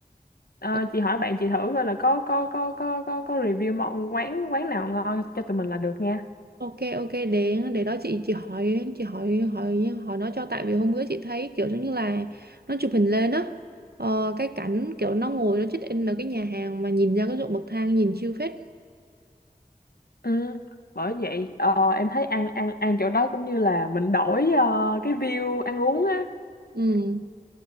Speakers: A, on the left; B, on the right.
A: Ờ,
B: ờ,
A: chị hỏi bạn chị thử coi là có có có có có có review món quán quán nào ngon cho tụi mình là được nha
B: ok ok để để đó chị chị hỏi chị hỏi hỏi hỏi nó cho tại vì hôm bữa chị thấy kiểu giống như là nó chụp hình lên á. Ờ, cái cảnh kiểu nó ngồi nó check in ở cái nhà hàng mà nhìn ra cái ruộng bậc thang nhìn chill phết.
A: ừ. bởi vậy ờ, em thấy ăn ăn ăn chỗ đó cũng như là mình đổi ờ, cái view ăn uống á
B: ừ